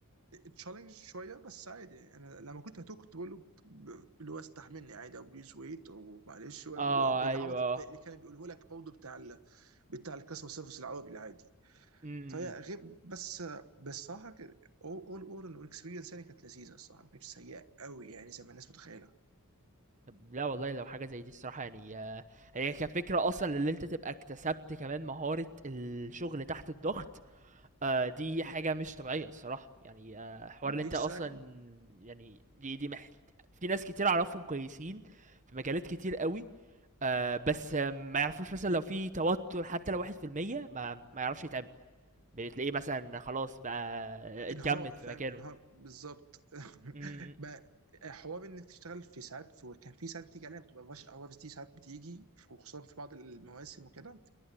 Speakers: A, on the right (about 65°); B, on the right (about 35°).
A: تشالنج شويه بس عادي يعني انا لما كنت هتوه كنت بقول له ب- ب- اللي هو استحملني عادي او بليز ويت ومعلش و-
B: اه
A: والعبط
B: ايوه
A: اللي كان بيقوله لك برضه بتاع ال... بتاع الكاستمر سيرفيس العربي العادي
B: امم
A: فهي غير بس بس صراحه كده اول اول انه الاكسبيرينس يعني كانت لذيذه الصراحه ما كانتش سيئه قوي يعني زي ما الناس متخيله
B: طب لا والله لو حاجة زي دي الصراحة يعني آه، هي كفكرة أصلا اللي أنت تبقى اكتسبت كمان مهارة الشغل تحت الضغط آه، دي حاجة مش طبيعية الصراحة يعني آه، حوار
A: اكزاكت
B: اللي أنت أصلا يعني دي دي مح... في ناس كتير أعرفهم كويسين في مجالات كتير قوي آه، بس آه، ما يعرفوش مثلا لو في توتر حتى لو واحد في المية ما ما يعرفش يتعامل بتلاقيه مثلا خلاص بقى
A: انهار
B: اتجمد
A: فاهم
B: في مكانه
A: انهار بالظبط <laughs>
B: م- م-
A: ما- حوار انك تشتغل في ساعات في كان في ساعات بتيجي علينا بتبقى رش اورز دي ساعات بتيجي وخصوصا في بعض المواسم وكده